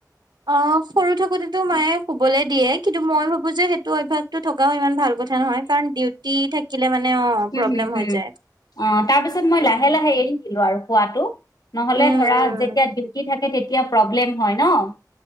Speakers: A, on the right (about 80°); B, on the left (about 65°).
A: অ, সৰু থাকোতেতো মায়ে শুবলে দিয়ে, কিন্তু মই ভাবো যে সেইটো অভ্যাসটো থ <unintelligible> ইমান ভাল কথা নহয় কাৰণ ডিউটি থাকিলে মানে অ',
B: হম-হম
A: প্ৰব্লেম হৈ যায়।
B: অ, তাৰপিছত মই
A: উম,
B: লাহে-লাহে এৰি দিলো আৰু খোৱাটো। নহ'লে
A: উম।
B: ধৰা যেতিয়া ডিউটি থাকে তেতিয়া প্ৰব্লেম হয় ন'।